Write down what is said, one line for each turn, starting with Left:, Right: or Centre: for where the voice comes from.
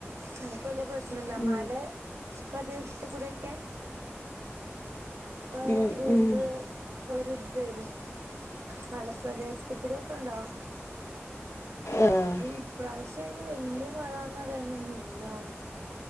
Right: ഞങ്ങക്ക് വല്യ പ്രശ് നല്ല
Left: ഉം
Right: മല പ്രദേശത്ത് കൂടെയോക്കെ ആഹ്
Left: ഉം ഉം
Right: എന്ത് ഒരുത് വരും മലപ്രദേശത്ത് കൂടിയോക്കെണ്ടാവും
Left: ആഹ്
Right: ഈ ഇപ്രാവശ്യയിന് വല്യ മഴന്നറിയാനോന്നുല്ലാവു